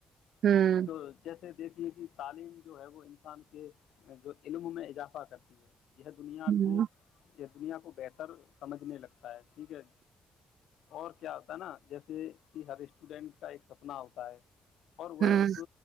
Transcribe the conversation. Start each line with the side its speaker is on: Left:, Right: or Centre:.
Right: ہوں
Left: تو جیسے دیکھ کہ تعلیم جو ہے وہ انسان کے جو علم میں اضافہ کرتی ہے یہ دنیا
Right: ہوں
Left: کو اس دنیا کو بہتر سمجھنے لگتا ہے ٹھیک ہے اور کیا ہوتا ہے نا جیسے کہ ہر اسٹوڈنٹ کا ایک سپنا ہوتا سائے اور وہ
Right: ہوں
Left: اس